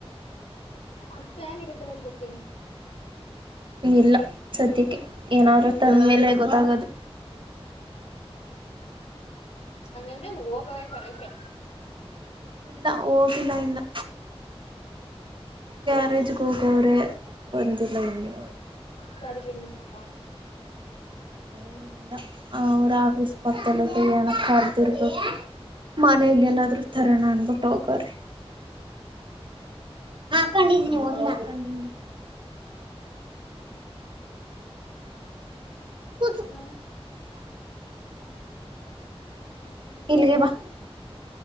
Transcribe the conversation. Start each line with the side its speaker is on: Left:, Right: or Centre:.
Left: ಅದು ಪ್ಲಾನ್ ಇರುತ್ತಲ್ಲ ಎಷ್ಟಕ್ಕೆ
Right: ಇಲ್ಲ ಸದ್ಯಕ್ಕೆ ಏನಾದ್ೂ ತಂದ್ಮೇಲೆ ಗೊತ್ತಾಗದು
Left: ಅಂಗಂದ್ರೆ ಹೋಗಲತಲಕ್ಕೆ
Right: ಇಲ್ಲ ಹೋಗಿಲ್ಲ ಇನ್ನ ಗ್ಯಾರೇಜ್
Left: ಹೋಗ್ತಾರೆ
Right: ಹೋಗವ್ರೆ ಅವರೆ ಬಂದಲ್ಲ ಇನ್ನು
Left: ಗಾಡಿ ರೆಡಿ ಮಾಡಸಕಾ
Right: ಇಲ್ಲ ಅವ್ರ ಆಫೀಸ್ ಪಕ್ಕದಲ್ಲಿ ಏನೋ ಕರ್ದಿರ್ರಾಬೇಕು ಮನ್ಯಾಗ ಏನಾದ್ರು ತರೋಣ ಅನ್ಬಿಟ್ಟ ಹೋಗವ್ರಿ ಹಾಕೊಂಡಿದೀನಿ ಒಂದ್ ಹಾಕೊಂಡಿದೀನಿ ಹೂ
Left: ಇನ್ನೇನು ಹ್ಮ್
Right: ಇಲ್ಲಿಗೆ ಬಾ